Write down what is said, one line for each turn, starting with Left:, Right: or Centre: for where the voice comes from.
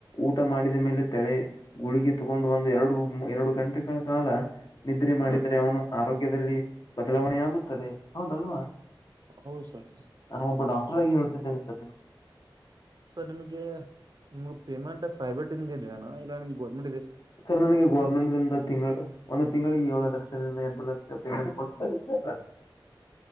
Left: ಊಟ ಮಾಡಿದ ಮೇಲೆ ತಲೆ ಗುಳಿಗೆ ತಗೊಂಡು ಒಂದು ಎರಡು ಎರಡು ಕ ಗಂಟೆಗಳ ಕಾಲ ನಿದ್ರೆ ಮಾಡಿದ್ರೆ ಅವನು ಆರೋಗ್ಯದಲ್ಲಿ ಬದಲಾವಣೆ ಆಗುತ್ತದೆ ಹೌದಲ್ವಾ
Right: ಹೌ ಸರ್
Left: ನಾನು ಒಬ್ಬ ಡಾಕ್ಟರ್ ಹೇಳ್ತಿದ್ದೇನೆ ಸ ನಿಮಗೆ
Right: ಸರ್ ನಿಮಗೆ ನಿಮ ಫೇಮಂೈಬಟ್ ಇಂಜನ್ ಇಲ್ಲ ನಿಮ ಗೋರ್ೆಂಟ್
Left: ಸರ್ ನನಗೆ ಗೌರ್ಮೆಂಟ್ನಿಂದ ತಿಂಗಳು ಒಂದು ತಿಂಗಳಿಗೆ ಏಳು ಲಕ್ಷದಿಂದ ಎಂಟರು ಲಕ್ಷ ಪೇಮೆಂಟ್ ಕೊಡ್ತಲ್ಲಗೆ